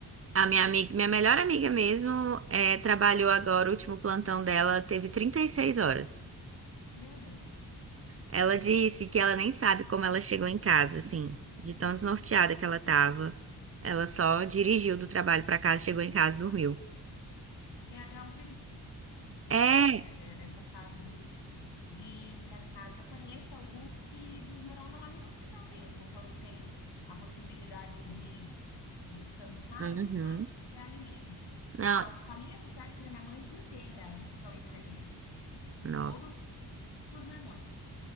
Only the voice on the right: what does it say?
a minha amiga, minha melhor amiga mesmo, é, trabalhou agora, o último plantão dela teve 36 horas.
Ela disse que ela nem sabe como ela chegou em casa, assim, de tão desnorteada que ela tava. Ela só dirigiu do trabalho pra casa, chegou em casa e dormiu.
É.
Uhum.
Não,
nossa.